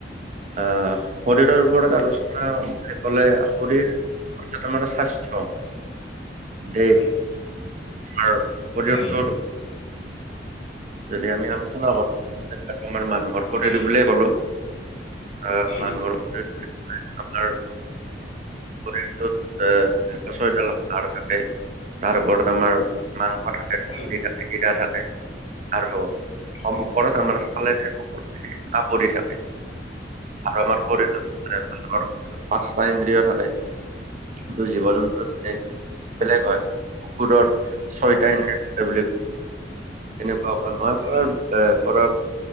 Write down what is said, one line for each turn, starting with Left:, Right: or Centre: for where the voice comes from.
Right: অ' শৰীৰৰ ওপৰত আলোচনা বুলি ক'লে শৰীৰ <unintelligible> মানে স্বাস্থ্য। দেশ
Left: হয়
Right: আৰু <unintelligible>
Left: হয়
Right: তো যদি আমি আলোচনা কৰোঁ <unintelligible> মানুহ। <unintelligible>
Left: হয়
Right: বুলিয়ে কলোঁ, অ'
Left: হয়
Right: মানুহৰ শৰীৰ বুলি কৈ আপোনাৰ শৰীৰটোত অ' দুশ ছয়ডাল হাৰ থাকে তাৰ ওপৰত আমাৰ মাংস থাকে।
Left: হয়
Right: কুঁহি
Left: হয়
Right: গাঁঠি থাকে আৰু সমু
Left: হয়
Right: ওপৰত আমাৰ মানে চালেৰে <unintelligible> কা <unintelligible> পৰি থাকে আৰু আমাৰ শৰীটোত <unintelligible> পাঁচটা ইন্দ্ৰিয় থাকে। কিন্তু জীৱ-জন্তুৰ <unintelligible> বেলেগ হয়, কুকুৰৰ ছয়টা ইন্দ্ৰিয় থাকে বুলি, তেনেকুৱা কয় মই <unintelligible>
Left: হয় হয় হয়
Right: এনে ধৰক